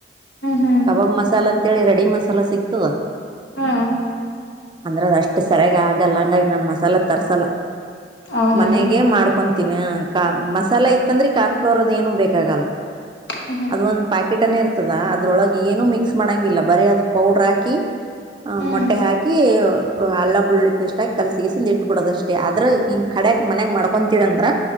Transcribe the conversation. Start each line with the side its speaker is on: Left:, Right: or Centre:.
Left: ಹ್ಮ್ ಹ್ಮ್
Right: ಕಬಾಬ್ ಮಸಾಲ ಅಂತೇಳಿ ರೆಡಿ ಮಸಾಲ ಸಿಗ್ತದ.
Left: ಹ್ಮ್
Right: ಅಂದ್ರ ಅದ ಅಷ್ಟು ಸರಿಯಾಗ ಆಗಲ್ಲ ಹಂಗಾಗಿ ನಾನು ಮಸಾಲೆ ತರ್ಸಲ್ಲ.
Left: ಹೌದೇನು
Right: ಮನೆಗೆ ಮಾಡ್ಕೊ <unintelligible> ಹ ಕಮಸಾಲೆ ಇತ್ತಂದ್ರೆ ಕಾರ್ನ್ಫ್ಲೋರ್ ಅದ್ ಏನು ಬೇಕಲ್ಲ
Left: ಹ್ಮ್ ಹ್ಮ್
Right: ಅದ್ ಒಂದ್ ಪ್ಯಾಕ್ ಕಿಟನೆ ಇರ್ತದ ಅದ್ರೊಳಗೆ ಏನೂ ಮಿಕ್ಸ್ ಮಾಡಂಗಿಲ್ಲ ಬರಿ ಅದು ಪೌಡ್ರ ಹಾಕಿ.
Left: ಹ್ಮ್
Right: ಮೊಟ್ಟೆ ಹಾಕಿ ಅಲ್ಲ ಬೆುಳ್ಳಳ್ಳಿ ಪೇಸ್ಟ್ ಹಾಕಿ ಕಲ್ಸಿಗೆಸಿಂದ ಇಟ್ಟುಬಿಡೋದಷ್ಟೇ ಆದ್ರ ಈ ಕಡಕ್ ಮನೆಗ್ ಮಾಡ್ಕೊಂತೀವಿ ಅಂದ್ರ